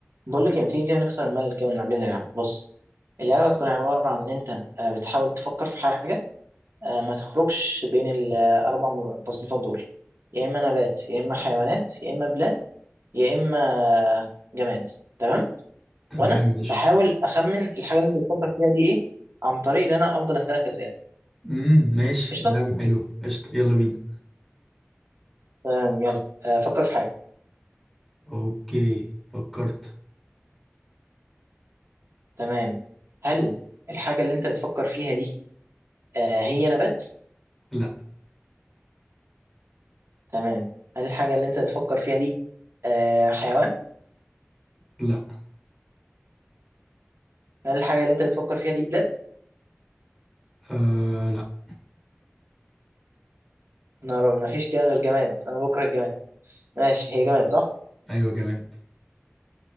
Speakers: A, on the right; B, in the centre.
A: بقول لك إيه، ما تيجي كده نكسر الملل كده ونلعب لنا لعبة بص اللعبة هتكون عبارة عن إن أنت آه، بتحاول تفكر في حاجة آه، ما تخرجش بين الأربع م- تصنيفات دول يا إما نبات يا إما حيوانات يا إما بلاد يا إما آه، جماد تمام
B: تمام
A: وأنا
B: قشطة
A: بحاول أخمن الحاجة اللي أنت بتفكر فيها دي إيه عن طريق إن أنا أفضل أسألك أسئلة
B: امم ماشي
A: قشطة
B: لعبة حلوة قشطة يلا بينا
A: تمام يلا آه، فكر في حاجة
B: اوكي فكرت
A: تمام هل الحاجة اللي أنت بتفكر فيها دي آه، هي نبات
B: لا
A: تمام هل الحاجة اللي أنت بتفكر فيها دي آه حيوان؟
B: لا
A: هل الحاجة اللي أنت بتفكر فيها دي بلاد؟
B: آه لا
A: نار ما فيش كده غير جماد أنا بكره الجماد ماشي هي جماد صح؟
B: ايوه جماد